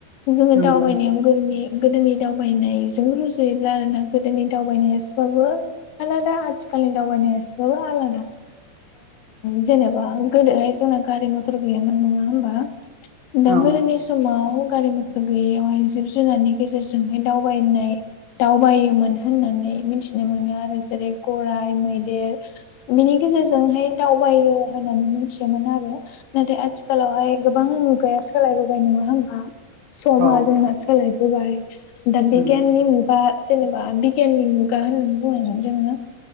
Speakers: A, on the left; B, on the right.
A: जोङो
B: नंगौ
A: दावबायनायाव गोरनि गोदोनि दावबायनायजों जायोब्ला आरोना गोदोनि दावबायनाया एसेबाबो आलादा आथिखालनि दावबायनाया एसेबाबो आलादा
B: <inaudible>
A: जेनेबा गोदोहाय जोंना गारि मथर गैयामोन नङा होमबा दा
B: उम औ
A: गोदोनि समाव गारि मथर गैयियावहाय जिब जुनारनि गेजेरजोंहाय दावबायनाय दावबायोमोन होननानै मिथिनो मोनो आरो जेरै गराइ मैदेर बिनि गेजेरजोंहाय दावबायो होननानै मिथियोमोन आरो नाथाय आथिखालावहाय गोबां मुगाया सोलायबोबाय नङा होमबा समा
B: औ
A: जोंना सोलायबोबाय दा बिगियाननि
B: नंगौ औ नंगौ औ
A: मु मुगा जेनोबा बिगियाननि मुगा होननानै बुंनांगोन जोङो